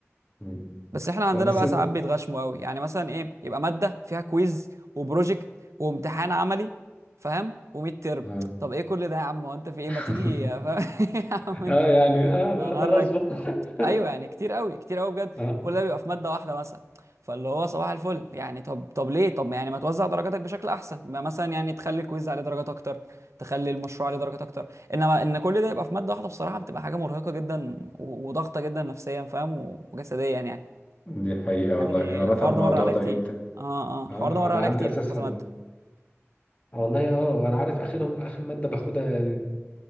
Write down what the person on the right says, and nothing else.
بس احنا
عندنا بقى ساعات بيتغشموا قوي يعني مثلا ايه يبقى ماده فيها كويز وبروجكت وامتحان عملي فاهم و100 ترم
طب ايه كل ده يا عم هو انت في ايه
ما تيجي <laughs> يا فاهم يا عم انت
انا
ايوه يعني كتير قوي كتير قوي بجد
كل ده بيبقى في ماده واحده مثلا فاللي هو صباح الفل يعني طب طب ليه طب يعني ما توزع درجاتك بشكل احسن ما مثلا يعني تخلي الكويز عليه درجات اكتر تخلي المشروع عليه درجات اكتر انما ان كل ده يبقى في ماده واحده بصراحه بتبقى حاجه مرهقه جدا و- وضغطه جدا نفسيا فاهم و- وجسديا يعني
يعني
الحوار
ده مر
عليا
كتير
اه اه الحوار
ده مر
عليا
كتير
في كذا ماده